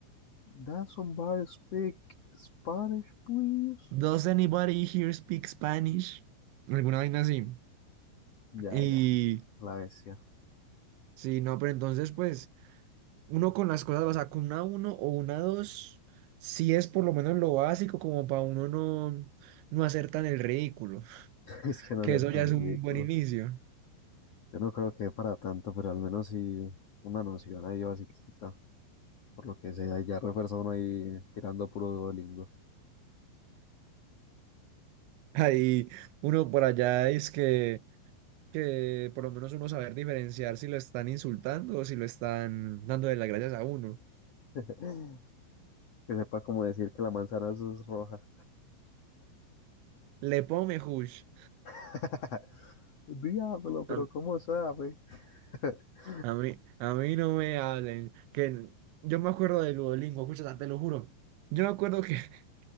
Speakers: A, on the left; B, on the right.
A: Does somebody speak Spanish, please?
B: ¿Does anybody here speak Spanish? Alguna vaina así.
A: Ya,
B: Y
A: ya, la bestia.
B: sí, no, pero entonces, pues. uno con las cosas, o sea, con una uno o una 2, sí es por lo menos lo básico como para uno no, no hacer tan el ridículo, <laughs>
A: <laughs> Es que no
B: que
A: ser
B: eso
A: tan
B: ya es un
A: ridículo.
B: buen inicio.
A: Yo no creo que para tanto, pero al menos sí una noción ahí basiquita. Por lo que sea, y ya refuerza uno ahí tirando puro Duolingo.
B: <laughs> Ahí uno por allá es que, que por lo menos uno saber diferenciar si lo están insultando o si lo están dando de las gracias a uno.
A: <laughs> Que sepa como decir que la manzana es roja.
B: Le pone hush.
A: <laughs> Diablo, pero
B: A
A: ¿cómo sabe? <laughs>
B: a mí, a mí no me hablen. Que yo me acuerdo de Duolingo, escucha, te lo juro. Yo me acuerdo que <laughs>